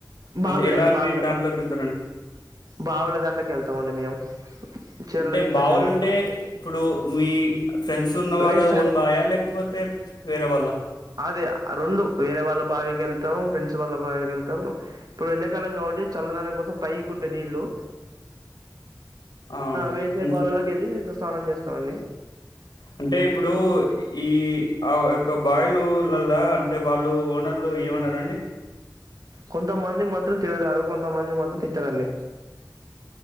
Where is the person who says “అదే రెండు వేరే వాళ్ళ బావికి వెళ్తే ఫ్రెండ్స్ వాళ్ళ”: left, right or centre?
Right